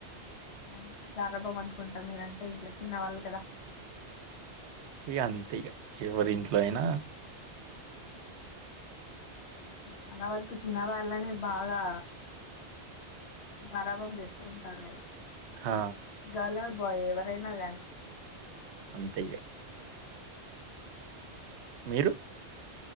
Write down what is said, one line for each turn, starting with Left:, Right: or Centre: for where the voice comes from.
Left: లేకుంటే గారభం అనుకుంటారు మీరంటే ఇంట్లో చిన్నవాళ్ళు కదా
Right: ఇక అంతే ఈగ ఎవరి ఇంట్లో అయినా
Left: చాలా వరకు చిన్న వాళ్ళనే బాగా గారభం చేస్తూ ఉంటారు కదా
Right: ఆ
Left: గర్ల్ ఆర్ బాయ్ ఎవరైనా గాని
Right: అంతయ్య మీరు